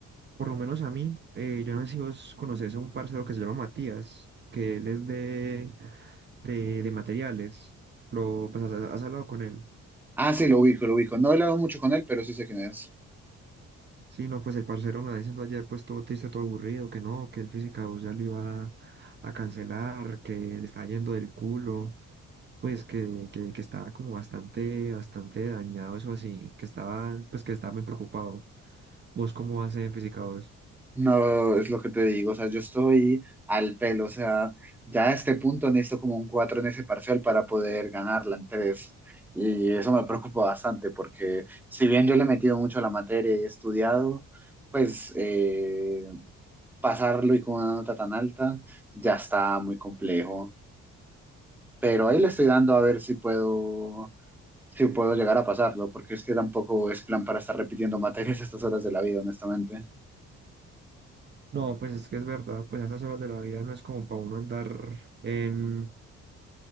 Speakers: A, on the right (about 35°); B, in the centre.
A: por lo menos a mí, eh, yo no sé si vos conocés a un parcero que se llama Matías, que él es de, de, de materiales. Lo, pues has, has hablado con él.
B: Ah, sí, lo ubico, lo ubico. No he hablado mucho con él, pero sí sé quién es.
A: Sí, no, pues el parcero me va diciendo ayer, pues todo triste, todo aburrido, que no, que el física 2 ya lo iba a, a cancelar, que le está yendo del culo, pues que, que, que estaba como bastante, bastante dañado, eso así, que estaba, pues que estaba muy preocupado. ¿Vos cómo vas en física 2?
B: No, es lo que te digo, o sea, yo estoy al pelo, o sea, ya a este punto necesito como un 4 en ese parcial para poder ganarla en tres Y eso me preocupa bastante porque si bien yo le he metido mucho a la materia y he estudiado, pues eh, pasarlo y con una nota tan alta ya está muy complejo. Pero ahí le estoy dando a ver si puedo, si puedo llegar a pasarlo, porque es que tampoco es plan para estar repitiendo materias a estas horas de la vida, honestamente.
A: No, pues es que es verdad, pues a esas horas de la vida no es como para uno andar en,